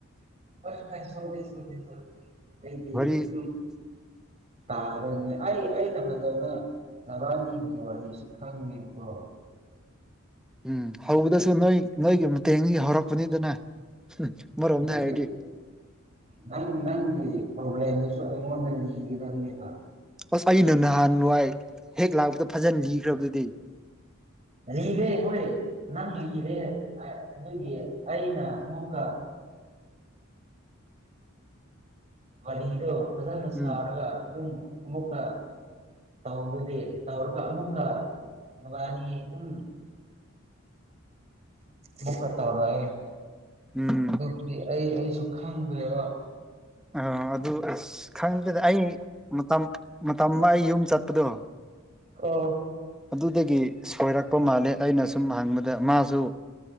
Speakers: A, on the right; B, in the centre.
A: ꯍꯣꯏ ꯍꯣꯏ ꯁꯥꯎꯗꯦ ꯁꯥꯎꯗꯦ ꯁꯥꯎꯗꯦ ꯑꯩꯗꯤ
B: ꯋꯥꯔꯤ
A: ꯍꯝ
B: <inaudible>
A: ꯇꯥꯕ꯭ꯔꯥꯅꯦ ꯑꯩ ꯑꯩꯅ ꯐꯖꯅ ꯅꯕꯥꯅꯤꯒꯤ ꯋꯥꯅꯤ ꯁꯤ ꯈꯪꯗꯦꯕꯀꯣ
B: ꯎꯝ ꯍꯧꯕꯗꯁꯨ ꯅꯣꯏ ꯅꯣꯏꯒꯤ ꯃꯇꯦꯡꯗꯒꯤ ꯍꯧꯔꯛꯄꯅꯤꯗꯅ ꯑꯃꯔꯣꯝꯗ
A: ꯅꯪꯒꯤ
B: ꯍꯥꯏꯔꯗꯤ
A: ꯅꯪ ꯅꯪꯒꯤ ꯄꯣꯕ꯭ꯂꯦꯝꯗꯨꯁꯨ ꯑꯩꯉꯣꯟꯗ ꯂꯤꯒꯗꯕꯅꯦꯕ
B: ꯑꯁ ꯑꯩꯅ ꯅꯍꯥꯟ ꯋꯥꯏ ꯍꯦꯛ ꯂꯥꯛꯄꯗ ꯐꯖꯅ ꯂꯤꯈ꯭ꯔꯕꯗꯨꯗꯤ
A: ꯂꯤꯔꯦ ꯍꯣꯏ ꯅꯪ ꯂꯤꯔꯦ ꯑꯗꯨꯒꯤ ꯑꯩꯅ ꯑꯃꯨꯛꯀ ꯋꯥꯂꯤꯗꯣ ꯐꯖꯅ ꯁꯥꯔꯒ
B: ꯎꯝ
A: ꯑꯗꯨꯝ ꯑꯃꯨꯛꯀ ꯇꯧꯗꯗꯤ ꯇꯧꯔꯒ ꯑꯃꯨꯛꯀ ꯋꯥꯅꯤ ꯑꯗꯨꯝ ꯃꯨꯛꯀ ꯇꯧꯔꯛꯑꯦ
B: ꯎꯝ
A: ꯑꯗꯨꯕꯨꯗꯤ ꯑꯩ ꯑꯩꯁꯨ ꯈꯪꯗ꯭ꯔꯦꯕ
B: ꯑ ꯑꯗꯨ ꯑꯁ ꯈꯪꯗꯗꯦꯗ ꯑꯩ ꯃꯇꯝ ꯃꯇꯝ ꯑꯃ ꯑꯩ ꯌꯨꯝ ꯆꯠꯄꯗꯣ
A: ꯀꯥ
B: ꯑꯗꯨꯗꯒꯤ ꯁꯣꯏꯔꯛꯄ ꯃꯥꯜꯂꯦ ꯑꯩꯅ ꯁꯨꯝ ꯍꯪꯕꯗ ꯃꯥꯁꯨ